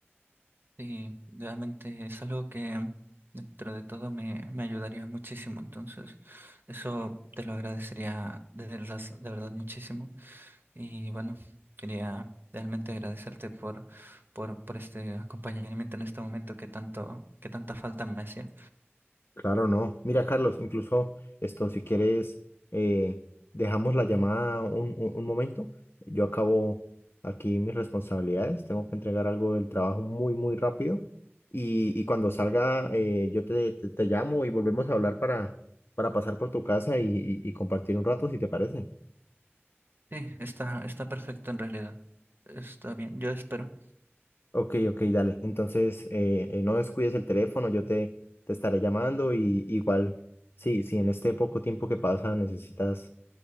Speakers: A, on the right; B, on the left.
A: Y realmente es algo que dentro de todo me, me ayudaría muchísimo, entonces eso te lo agradecería de verdad, de verdad muchísimo. Y bueno, quería realmente agradecerte por, por, por este acompañamiento en este momento que tanto, que tanta falta me hacía.
B: Claro, no. Mira, Carlos, incluso esto, si quieres, eh, dejamos la llamada un, un- un momento. Yo acabo aquí mis responsabilidades. Tengo que entregar algo del trabajo muy, muy rápido. Y, y cuando salga, eh, yo te, te, te llamo y volvemos a hablar para, para pasar por tu casa y, y- y compartir un rato, si te parece.
A: Sí, está, está perfecto en realidad. Está bien, yo espero.
B: Ok, ok, dale. Entonces, eh, eh, no descuides el teléfono. Yo te, te estaré llamando y igual, sí, si en este poco tiempo que pasa necesitas